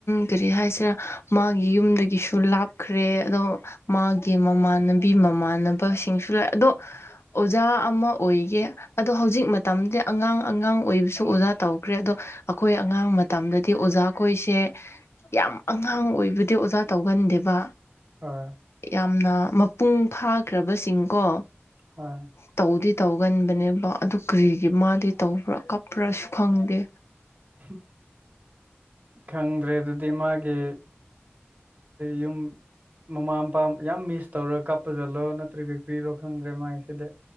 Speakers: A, on the left (about 80°); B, on the right (about 45°).
A: ꯀꯔꯤ ꯍꯥꯏꯁꯤꯔ ꯃꯥꯒꯤ ꯌꯨꯝꯗꯒꯤꯁꯨ ꯂꯥꯞꯈ꯭ꯔꯦ ꯑꯗꯣ ꯃꯥꯒꯤ ꯃꯃꯥꯟꯅꯕꯤ ꯃꯃꯥꯟꯅꯕꯁꯤꯡꯁꯨ ꯂꯥꯛꯑꯦ ꯑꯗꯣ ꯑꯣꯖꯥ ꯑꯃ ꯑꯣꯏꯒꯦ ꯑꯗꯣ ꯍꯧꯖꯤꯛ ꯃꯇꯝꯗꯤ ꯑꯉꯥꯡ ꯑꯉꯥꯡ ꯑꯣꯏꯕꯁꯨ ꯑꯣꯖꯥ ꯇꯧꯈ꯭ꯔꯦ ꯑꯗꯣ ꯑꯩꯈꯣꯏ ꯑꯉꯥꯡ ꯃꯇꯝꯗꯥꯗꯤ ꯑꯣꯖꯥ ꯑꯩꯈꯣꯏꯁꯦ ꯌꯥꯝ ꯑꯉꯥꯡ ꯑꯣꯏꯕꯗꯤ ꯑꯣꯖꯥ ꯇꯧꯒꯟꯗꯦꯕꯥ
B: ꯑ
A: ꯌꯥꯝꯅ ꯃꯄꯨꯡ ꯐꯥꯈ꯭ꯔꯕꯁꯤꯡ ꯀꯣ
B: ꯍꯣꯏ
A: ꯇꯧꯗꯤ ꯇꯧꯒꯟꯕꯅꯦꯕꯥ ꯑꯗꯨ ꯀ꯭ꯔꯤꯒꯤ ꯃꯥꯗꯤ ꯇꯧꯕ꯭ꯔꯥ ꯀꯞꯄ꯭ꯔꯥꯁꯨ ꯈꯪꯗꯦ
B: ꯎ <unintelligible> ꯈꯪꯗ꯭ꯔꯦ ꯑꯗꯨꯗꯤ ꯃꯥꯒꯤ ꯌꯨꯝ ꯃꯃꯥ ꯃꯄꯥ ꯌꯥꯝ ꯃꯤꯁ ꯇꯧꯔꯥ ꯀꯥꯞꯄ ꯖꯠꯂꯣ ꯅꯠꯇ꯭ꯔꯒ ꯀ꯭ꯔꯤꯔꯣ ꯈꯪꯗ꯭ꯔꯦ ꯃꯥꯏꯁꯤꯗꯤ